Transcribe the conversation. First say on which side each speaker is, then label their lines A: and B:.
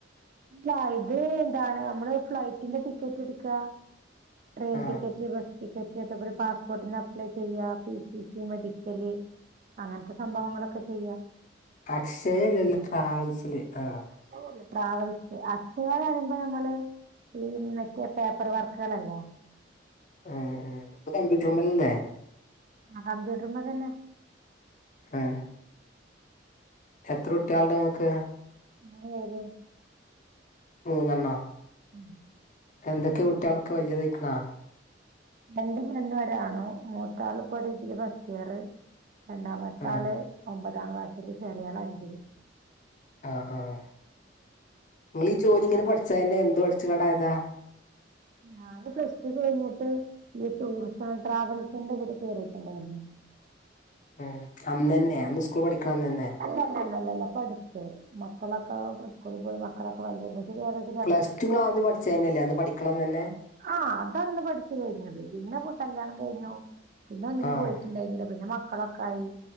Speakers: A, on the right (about 45°); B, on the left (about 40°).
A: ഇല്ല ഇത് എന്താണ് ന്നമ്മള് ഫ്ലൈറ്റിന്റെ ടിക്കറ്റ്ട്ക്കാ ട്രെയിൻ
B: ആഹ്
A: ടിക്ക റ്റ് ബസ്ടിക്കറ്റ് ഒക്കെ ഇവടെ പാസ്പോർട്ടിന് അപ്ലൈ ചെയ്യാ പി സി സി മെഡിക്കല് അങ്ങൻത്തെ സംഭവങ്ങളൊക്കെ ചെയ്യാ.
B: അക്ഷയല്ലല്ലോ ട്രാവൽസില് ആഹ്.
A: <unintelligible> ട്രാവൽ അക്ഷയാ ന്നറയുമ്പോ ഞമ്മള് ഈ മറ്റേ പേപ്പർ വർക്ക്ളല്ലേ.
B: ആഹ് ആഹ്, ഇത് കമ്പ്യൂട്ടർമ്മലല്ലേ?
A: ആഹ് കമ്പ്യൂട്ടർമ തന്നെ.
B: ഏഹ്. എത്രട്ട്യാള്ണ്ട് ഇങ്ങക്ക്?
A: മൂന്ന് പേര്.
B: മൂന്നണ്ണോ?
A: ഉം
B: എന്തൊക്കെ കുട്ടിയാളൊക്കെ വലിയതായിക്കണോ
A: രണ്ട് പെണ്ണോരാണും മൂത്താള് ഇപ്പൊ ഡിഗ്രി ഫസ്റ്റ് ഇയർ രണ്ടാമത്തെ
B: ആഹ്
A: ആള് ഒമ്പതാം ക്ലാസ്സില് ചെറിയ ആൾ അഞ്ചില്
B: ആഹ് ആഹ് നീങ്ങള് ഈ ജോലി ഇങ്ങനെ പഠിച്ചാ ന്നെ എന്തു പഠിച്ച്ക്കാണ്ട് ആയതാ
A: ഞാന് പ്ലസ്ടു കഴിഞ്ഞിട്ട് ഈ ടൂറിസം ആൻഡ് ട്രാവൽസിന്റെ ഇതിൽ കയറിയിട്ടുണ്ടായിരുന്നു
B: ആഹ് അന്നന്നെ അന്ന് സ്കൂൾ പഠിക്കണം അന്ന്ന്നെ
A: അല്ല അല്ല അല്ല ല്ലല്ലാ പടുത്ത് മക്കളൊക്കെ സ്കൂൾ പോയി മക്കളെ <unintelligible>
B: പ്ലസ് ടു ക് ആദ്യം പഠിച്ച തന്നല്ലേ അന്ന് പഠിക്കണംന്ന് തന്നെ
A: ആഹ് അതാണ് പഠിച്ചു കഴിഞ്ഞത് പിന്നെ കല്യാണം കഴിഞ്ഞു പിന്നെ ഒന്നിനും
B: ആഹ്
A: പോയിട്ടുണ്ടായിരുന്നില്ല പിന്നെ മക്കളൊക്കെ ആയി